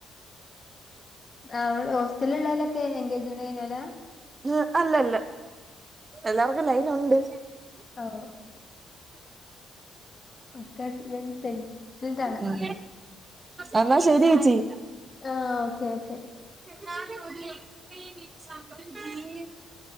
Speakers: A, on the left (about 35°); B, on the right (about 30°).
A: ആഹ് അവടെ ഹോസ്റ്റലിൽ ഉള്ളോലൊക്കെ എൻഗേജ്മെന്റ് കഴിഞ്ഞോലാ?
B: ഉം അല്ലല്ല എല്ലാർക്കും ലൈൻ ഉണ്ട്
A: ഓഹ് ഒക്കെ ഹസ്ബൻഡ് സെറ്റിൽഡാണ്
B: ഉം എന്നാ ശെരി ചേച്ചി.
A: ആഹ് ഓക്കെ ഓക്കെ
B: <unintelligible>